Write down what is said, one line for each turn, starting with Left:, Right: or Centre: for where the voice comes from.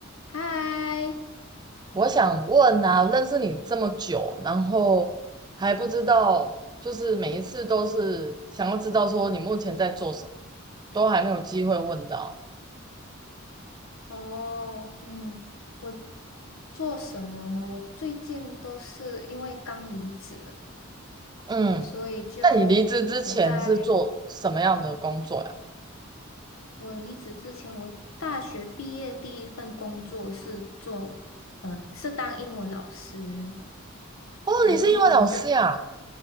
Left: 嗨，
Right: 我想问啊，认识你这么久，然后还不知道，就是每一次都是想要知道说你目前在做什么，都还没有机会问到。
Left: 哦，嗯，我做什么吗？我最近都是因为刚离职，
Right: 嗯，
Left: 所以就我在
Right: 那你离职之前是做什么样的工作呀？
Left: 我离职之前，我大学毕业第一份工作是做，呃，是当英文老师，
Right: 哦，
Left: 然后我就会，
Right: 你是英文老师呀，